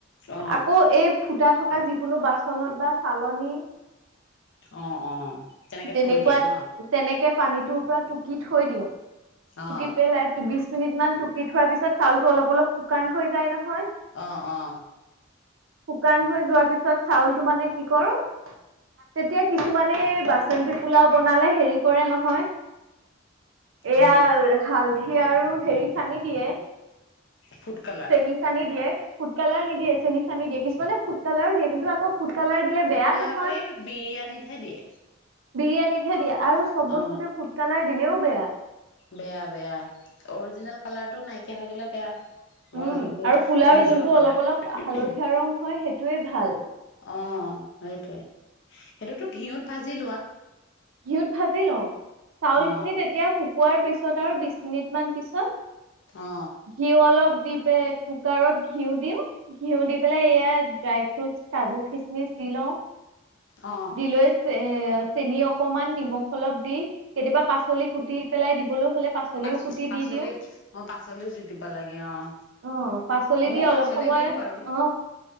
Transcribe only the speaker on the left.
অ
অ অ তেনেকে
থৈ দিয়া ন?
অ
আহ আহ
অ
ফুড কালাৰ
ফুড
কালাৰ
আকৌ এই বিৰিয়ানীতহে দিয়ে।
অ
বেয়া বেয়া। অৰিজিনেল কালাৰটো নাইকিয়া হৈ গ'লে বেয়া। অ',
যোনটো
নিজৰ
কালাৰ
ম ম
ম। অ',
সেইটোৱে। সেইটোতো ঘিউত ভাজি লোৱা?
অ
অ
অ
পা
পাচলি,
অ পাচলিও দি দিব লাগে, অহ।
ময়ো
পাচলি
দিওঁ বাৰু।